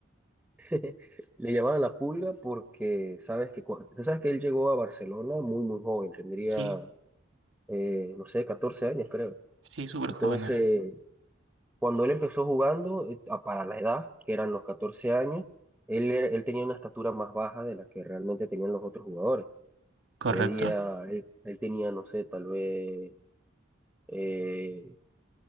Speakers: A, in the centre; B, on the right (about 75°).
A: <laughs> le llamaban la pulga porque sabes que, cua- tú sabes que él llegó a Barcelona muy, muy joven, tendría,
B: Sí.
A: eh, no sé, 14 años, creo.
B: Sí, súper
A: Entonces,
B: joven era.
A: Cuando él empezó jugando, eh, a- para la edad, que eran los 14 años, él, era- él tenía una estatura más baja de la que realmente tenían los otros jugadores.
B: Correcto.
A: Medía, él, él tenía, no sé, tal vez eh,